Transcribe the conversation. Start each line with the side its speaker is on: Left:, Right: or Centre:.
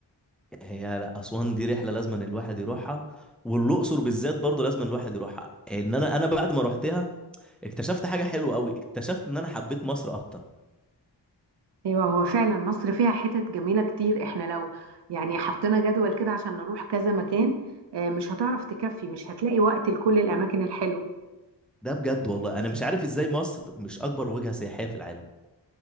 Centre: هي لا اسوان دي رحله لازم أن الواحد يروحها والاقصر بالذات برضه لازم أن الواحد يروحها ان انا انا بعد ما روحتها اكتشفت حاجه حلوه قوي اكتشفت ان انا حبيت مصر اكتر
Right: ايوه هو فعلا مصر فيها حتت جميله كتير احنا لو يعني حطينا جدول كده عشان نروح كذا مكان آه، مش هتعرف تكفي مش هتلاقي وقت لكل الاماكن الحلوه
Centre: ده بجد والله انا مش عارف ازاي مصر مش اكبر وجهه سياحيه في العالم